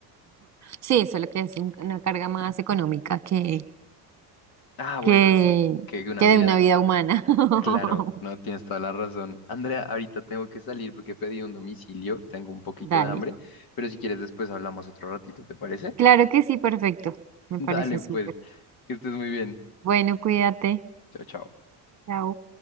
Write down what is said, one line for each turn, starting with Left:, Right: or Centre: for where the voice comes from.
Right: Sí, solo que es un- una carga más económica que,
Left: Ah, bueno,
Right: que,
Left: sí, que una
Right: que
Left: vida.
Right: de una vida humana.
Left: Claro,
Right: <laughs>
Left: no tienes toda la razón. Andrea, ahorita tengo que salir porque pedí un domicilio, tengo un poquito
Right: Dale.
Left: de hambre, pero si quieres después hablamos otro ratito, ¿te parece?
Right: Claro que sí, perfecto.
Left: <laughs>
Right: Me
Left: Dale,
Right: parece súper.
Left: pues, que estés muy bien.
Right: Bueno, cuídate.
Left: Chao, chao.
Right: Chao.